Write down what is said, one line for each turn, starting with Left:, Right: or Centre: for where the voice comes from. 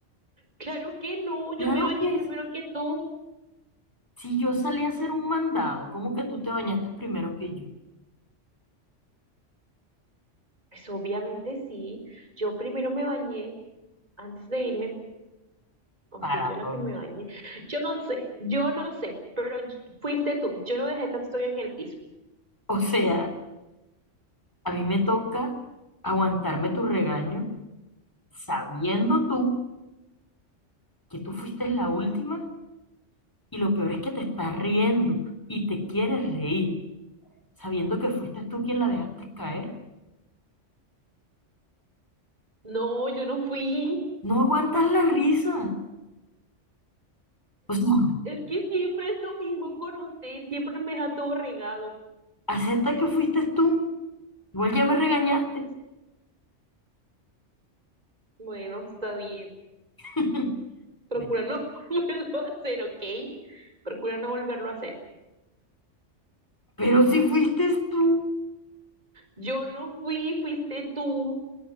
Right: Claro que no, yo
Left: Claro
Right: me bañé
Left: que
Right: primero
Left: sí,
Right: que tú.
Left: si yo salí a hacer un mandado, ¿cómo que tú te bañaste primero que yo?
Right: Pues obviamente sí, yo primero me bañé antes de irme, o
Left: ¿Para
Right: fui yo la
Left: dónde?
Right: que me bañé. Yo no sé, yo no sé, pero y- fuiste tú. Yo no dejé tanto estoy en el piso.
Left: O sea, a mí me toca aguantarme tu regaño sabiendo tú que tú fuiste la última y lo peor es que te estás riendo y te quieres reír, sabiendo que fuiste tú quien la dejaste caer.
Right: No, yo no fui.
Left: No aguantas la risa. O sea,
Right: Es que siempre es lo mismo con usted, siempre me deja todo regado.
Left: acepta que fuiste tú. Igual ya me regañaste.
Right: Bueno, está bien.
Left: <laughs>
Right: Procura
Left: Ve-
Right: no <laughs> volverlo a hacer, ¿ok? Procura no volverlo a hacer.
Left: Pero si fuiste tú,
Right: Yo no fui, fuiste tú.